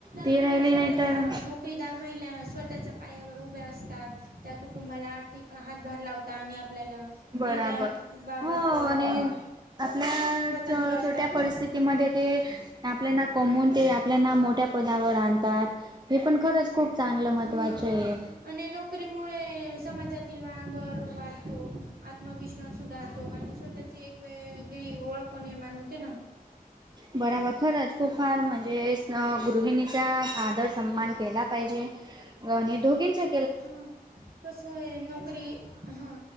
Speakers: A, on the right; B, on the right.
A: ती
B: महिला
A: राहिली
B: स्वतः
A: नाही तर
B: नोकरदार महिला स्वतःच्या पायावर उभ्या असतात त्या कुटुंबाला आर्थिक हातभार लावतात आणि आपल्याला
A: बराबर
B: निर्याबाबत
A: हो आणि आपल्या
B: स्वतंत्र असतात
A: छोट्या
B: ना
A: परिस्थिती म ते आपल्याना कमून ते आपल्याना मोठ्या पदावर आणतात हे पण खरंच खूप चांगलं महत्वाचे
B: हा
A: आहे
B: आणि नोकरीमुळे समाजातील वावर वाढतो आत्मविश्वास सुधारतो आणि स्वतः एक वेगळी ओळख निर्माण होते ना
A: बराबर खरंच खूप फार म्हणजे गृहिणीचा आदर सन्मान केला पाहिजे आणि दोघींचं
B: हा कस नोकरी हा